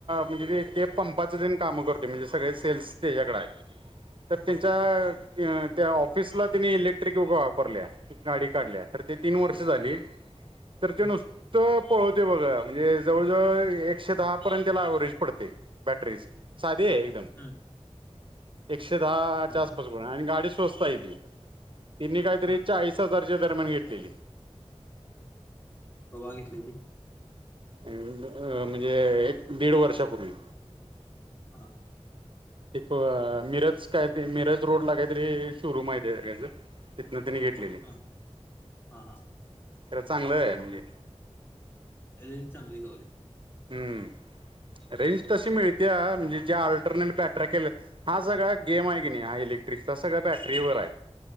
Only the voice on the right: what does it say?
म्हणजे ते ते पंपाचं तेन कामं करतोय म्हणजे सगळे सेल्स त्याच्याकडे आहे. तर
त्यांच्या त्या ऑफिसला त्यांनी इलेक्ट्रिक व वापरल्या गाडी काढल्या तर ते तीन वर्ष झाली. तर
तो नुस्तं पळवतोय बघा म्हणजे जवळजवळ एकशे दहा पर्यंत त्याला ऍव्हरेज पडतंय बॅटरीचं साधी आहे एकदम.
एकशे दहाच्या
आसपास आहे आणि गाडी स्वस्त आहे की तिनी काहीतरी
चाळीसच दसऱ्याच्या दरम्यान घेतलेली
अं म्हणजे एक दीड वर्षापूर्वी
एक मिरज काय ते मिरज रोड ला काहीतरी शोरूम आहे सगळ्यांच त्यांने घेतलेली
खर चांगलं आहे म्हणजे
हम्म रेंज तशी मिळते म्हणजे ज्या अऑल्टरनेट बॅटर केले हा सगळा गेम आहे की नाही हा ट्रिक चा सगळा बॅटरी वर आहे